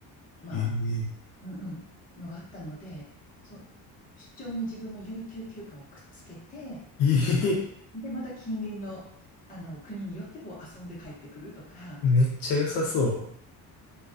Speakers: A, on the left; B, on the left.
A: まあ、
B: ええ、
A: うんうんのがあったので、その出張に自分の有給休暇をくっつけて、
B: ええ、
A: また、で、また近隣の、あの国によってこう遊んで帰ってくるとか、
B: めっちゃ良さそ